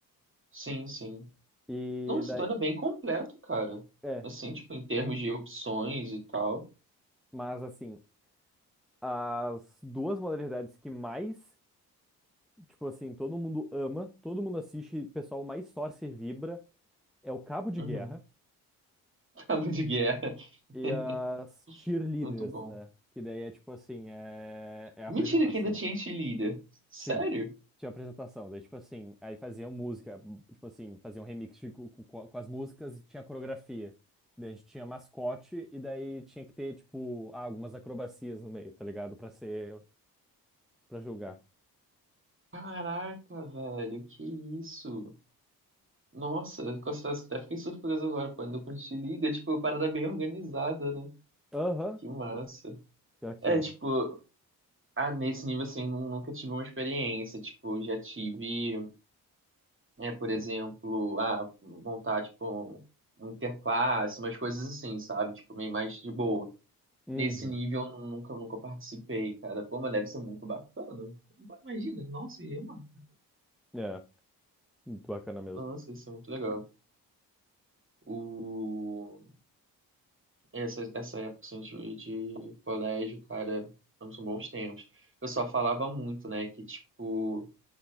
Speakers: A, on the right; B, in the centre.
A: Sim, sim.
B: E
A: Nossa,
B: daí,
A: então era bem completo, cara.
B: é,
A: Assim, tipo, em termos de opções e tal.
B: mas assim, as duas modalidades que mais, tipo assim, todo mundo ama, todo mundo assiste, e o pessoal mais torce e vibra é o cabo de
A: Uhum.
B: guerra
A: <laughs> Cabo de guerra.
B: E
A: <laughs>
B: as cheerleaders,
A: Muito bom.
B: né? Que daí é tipo assim, é, é a
A: Mentira
B: apresentação.
A: que ainda tinha cheerleader. Sério?
B: Sim, tinha apresentação. Daí, tipo assim, aí faziam música, tipo assim, faziam remix de- com, com- com as músicas e tinha coreografia. Daí a gente tinha mascote e daí tinha que ter, tipo, ah, algumas acrobacias no meio, tá ligado? Pra ser, pra julgar.
A: Caraca, velho, que isso? Nossa, confesso que até fiquei surpreso agora, pô, ainda com cheerleader, tipo, uma parada bem organizada, né?
B: Aham,
A: Que massa.
B: pior que
A: É,
B: é.
A: tipo,
B: mano.
A: ah, nesse nível, assim, nu- nunca tive uma experiência, tipo, já tive É, por exemplo, ah, montar tipo um, um interclasse, umas coisas assim, sabe? Tipo, meio mais de boa.
B: Uhum.
A: Nesse nível eu nunca, nunca participei, cara. Pô, mas deve ser muito bacana. Pô, Imagina, nossa, ia, mano.
B: É, muito bacana mesmo.
A: Nossa, isso é muito legal. O... Essa, essa época assim, de, de colégio, cara, foram bons tempos. O pessoal falava muito, né? Que tipo,